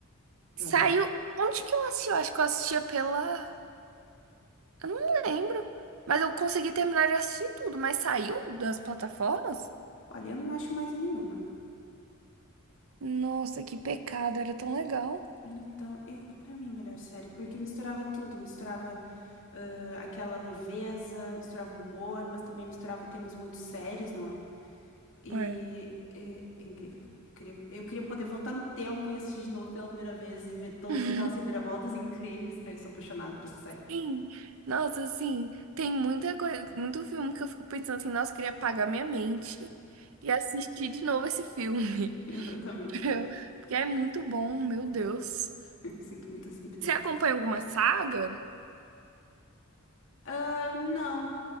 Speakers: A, on the left; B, on the right.
A: Eu
B: Saiu.
A: adoro.
B: Onde que eu assisti? Eu acho que eu assistia pela. Eu não lembro. Mas eu consegui terminar de assistir tudo, mas saiu das plataformas?
A: Olha, eu não acho mais em nenhuma.
B: Nossa, que pecado, era tão legal.
A: Era tão... eu, pra mim é a melhor série, porque misturava tudo. Misturava ah, aquela leveza, misturava humor, mas também misturava temas muito sérios, não é? E
B: É.
A: é, é incrível. Eu queria, eu queria poder voltar no tempo e assistir de novo pela primeira vez e ver todas
B: <laughs>
A: aquelas reviravoltas incríveis. <laughs> Ai, Eu sou apaixonada por essa série.
B: Sim, nossa, assim, tem muita coisa, muito filme que eu fico pensando assim, nossa, eu queria apagar minha mente e assistir de novo esse filme.
A: <laughs> Exatamente.
B: <laughs> Eu- Porque é muito bom, meu Deus.
A: Eu me sinto muito assim também.
B: Você acompanha alguma saga?
A: Ah, não,